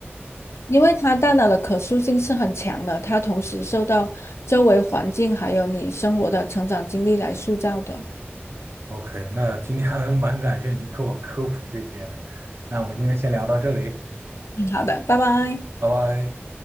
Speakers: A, on the left; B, on the right.
A: 因为它大脑的可塑性是很强的，它同时受到周围环境还有你生活的成长经历来塑造的。
B: ？OK，那今天还蛮感谢你给我科普这些的。那我们今天先聊到这里，
A: 嗯好的，拜拜。
B: 拜拜。